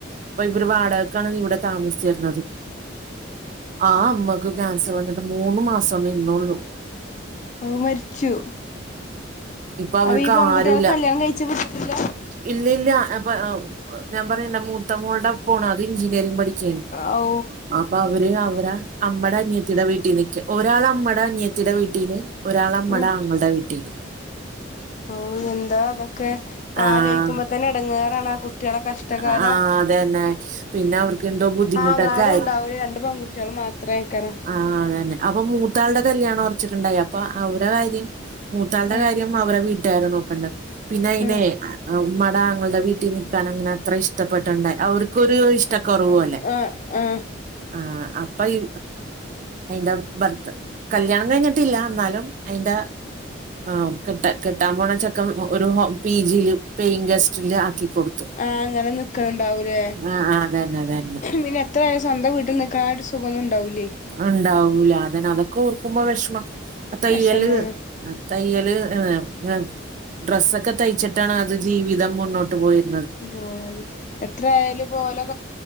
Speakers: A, on the right (about 40°); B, on the left (about 40°).
A: അപ്പൊ ഇവര് വാടകക്കാണ് ഇവര് താമസിച്ചിരുന്നത് ആ അമ്മക്ക് ക്യാൻസർ വന്നിട്ട് മൂന്ന് മാസോ നിന്നൊള്ളു
B: ഓ മരിച്ചു
A: ഇപ്പൊ അവർക്ക്
B: അപ്പൊ ഈ പെങ്കുട്ടേള
A: ആരുല്ല
B: കല്യാണം കഴി ചമട്ടില്ല
A: ഇല്ല ഇല്ല അപ്പൊ ഞാൻ പറയാണ് എന്റെ മൂത്തമ്മോളുടെ ഒപ്പണ് അത് എഞ്ചിനീയറിംഗ് പഠിക്ക
B: ഔ
A: അപ്പൊ അവര് അവരെ അമ്മടെ അനിയത്തീടെ വീട്ടിൽ നിക്കാ ഒരാൾ അമ്മടെ അനിയത്തിയുടെ വീട്ടീല് ഒരാൾ അമ്മടെ
B: ഉം
A: ആങ്ങളുടെ വീട്ടീല്
B: ഓ എന്താ അതൊക്കെ
A: ആഹ്
B: ആലോയിക്കുമ്പത്തന്നെ ഇടങ്ങേറാ ണാകു കുട്ടികൾട കഷ്ടകാലം
A: ആഹ് അതന്നെ പിന്നെ അവർക്ക് എന്തോ ബുദ്ധിമുട്ടൊക്കെ
B: ആ അങ്ങാരും
A: ആയി
B: ഉണ്ടാവൂല്ല രണ്ട് പെങ്കുട്ടികൾ മാ ത്രേക്കന
A: ആഹ് അതന്നെ അപ്പൊ മൂത്ത ആളുടെ കല്യാണം ഒറച്ചിട്ടുണ്ടായി അപ്പ അവര കാര്യം മൂത്താ ആളുടെകാര്യം
B: ആ
A: അവരുടെ വീട്ടാരെ നോക്കണ്ടെ പിന്നെ അയിന്
B: ആ
A: ഉമ്മാടെ ആങ്ങളുടെ വീട്ടിൽ കേക്കാൻ അങ്ങനെ അത്ര ഇഷ്ടപ്പെട്ടുണ്ടായി അവർക്കൊരു ഇഷ്ടക്കുറവു
B: ആഹ്
A: പോലെ
B: ആഹ് ആഹ്
A: ആഹ് അപ്പൊ ഈ അയിന്റെ ബർത്ത് കല്യാണം കഴിഞ്ഞിട്ടില്ല എന്നാലും അയിന്റെ ആ കെട്ടാ കെട്ടാൻ പോണ ചെക്കൻ ഒ ഒരു വ പി ജിയില് പേയിങ് ഗെസ്റ്റില് ആക്കി കൊടു
B: ആഹ് അങ്ങനെ നിക്കുന്നുണ്ടാവൂലേ
A: ആഹ് അതന്നെ അതന്നെ
B: പിന്നെ എത്രാവയം സ്വന്തം വീട്ടിൽ നി കാട് സുഖമന്നുണ്ടാകൂലെ
A: ഉണ്ടാവൂല അതനെ അതൊക്കെ ഓർക്കുമ്പോ വിഷമ തയ്യല്
B: വെഷമാണ്
A: ആ തയ്യല് ഏഹ് ഡ്രസ്സൊക്കെ തയ്ച്ചിട്ടാണ് അത് ജീവിതം മുന്നോട്ട് പോയത്
B: പോണത് എത്ര ആയാലും പോലെ